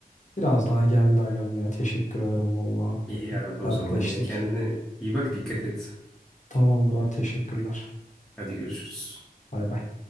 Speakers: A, on the left (about 50°); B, in the centre.
A: Biraz daha geldi agam ya. Teşekkür ederim valla.
B: İyi abi o
A: Dertleştik.
B: zaman ya. Kendine iyi bak dikkat et.
A: Tamamdır abi teşekkürler.
B: Hadi görüşürüz.
A: Bay bay.